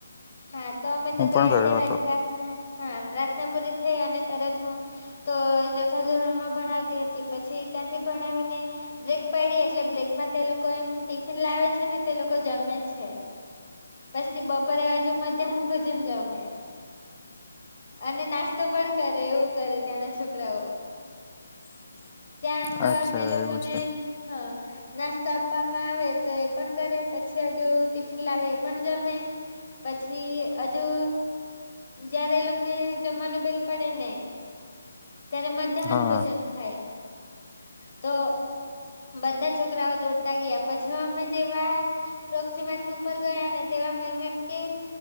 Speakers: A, on the left (about 50°); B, on the left (about 25°).
A: હા તો અમે
B: હું
A: તો
B: પણ
A: ગયા
B: ગયો
A: તેવા
B: હતો
A: જ પ્રાર્થના હા પ્રાર્થના પૂરી થઈ અને તરત હું તો ચોથા ધોરણમાં ભણાવતી હતી પછી ત્યાંથી ભણાવીને બ્રેક પડી એટલે બ્રેકમાં તે લોકો એમ ટિફિન લાવે છે ને તે લોકો જમે છે. પછી બપોરે હજુ મધ્યાહન ભોજન જમે. અને નાસ્તો પણ કરે એવું કરે ત્યાંના છોકરાઓ
B: <inaudible>
A: ત્યાં સવારમાં
B: અચ્છા
A: એ લોકોને
B: એવું છે
A: હ નાસ્તો આપવામાં આવે તો એ પણ કરે પછી હજુ ટિફિન લાવે એ પણ જમે પછી હજુ જયારે એ લોકોને જમવાનું બેલ પડે ને ત્યારે મધ્યાહન
B: હા
A: ભોજન ખાય તો બધા છોકરાઓ દોડતા ગયા પછી અમે જેવા પ્રોકસી માથી ઉપર ગયા ને તેવા નેમ એમ કેય